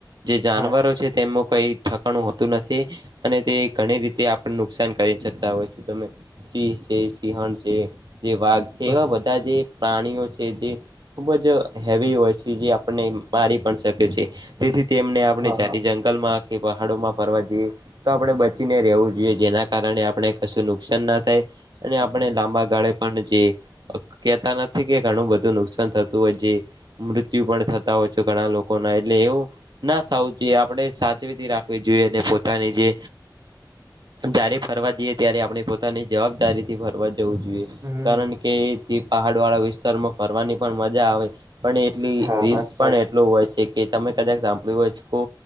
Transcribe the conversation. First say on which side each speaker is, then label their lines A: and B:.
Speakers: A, on the right; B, on the right.
A: જે જાનવરો
B: હા
A: છે તેમનું કઈ ઠકાણું હોતું નથી અને તે ઘણી રીતે આપણે નુકસાન કરી શકતા હોય છે તમે સિંહ છે સિંહણ છે જે વાઘ છે
B: બર
A: એવા બધા જે પ્રાણીઓ છે જે ખૂબ જ હેવી હોય છે જે આપણને મારી પણ શકે છે તેથી તેમને આપણે
B: હા
A: જાતિ
B: હા
A: જંગલમાં કે પહાડોમાં ફરવા તો આપણે બચીને રહેવું જોઈએ જેના કારણે આપણે કશું નુકસાન ના થાય અને આપણે લાંબા ગાળે પણ જે કેતા નથી કે ઘણું બધું નુકસાન થતું હોય છે. મૃત્યુ પણ થતા હોય છે ઘણા લોકો ના એટલે એવું ના થાઉ જોઈએ આપડે સાચવીથી રાખવી જોઈએ જે પોતાની જે જ્યારે ફરવા જઈએ ત્યારે આપડે પોતાની જવાબદારી થી ફરવા જવું જોઈએ.
B: હમ
A: કારણ કે પહાડ વાળા વિસ્તારમાં ફરવાની પણ મજા આવે પણ એટલી
B: હા
A: રિસ્ક
B: વાત
A: પણ
B: સાચી
A: એટલું હોય છે. કે તમે કદાચ સંભાળ્યું હોય તો